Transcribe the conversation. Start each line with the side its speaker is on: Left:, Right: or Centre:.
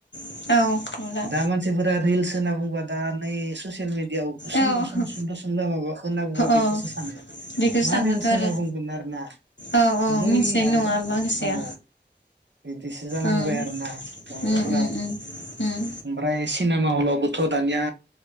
Left: नुला औ नंला
Right: दा मानसिफोरा रिल्स होनना बुंबा दा नै ससियेल मिडियाआव गुसुं
Left: औ
Right: गुसुं सुंद' सुंद' माबाखौ होनना बुंबा बेखोसो
Left: औ
Right: सानो।
Left: बेखौसो
Right: मा
Left: सानगोनथ'
Right: रिल्स
Left: आरो
Right: होनना बुंगोन आरोना।
Left: औ औ
Right: बै
Left: मिथिनाय
Right: आ
Left: नङा माखासेया
Right: औ बिदिसो जालांबाय
Left: ओं
Right: आरोना माबाफोरा।
Left: उम उम उम उम
Right: ओमफ्राय सिने मा हलावबोथ' दानिया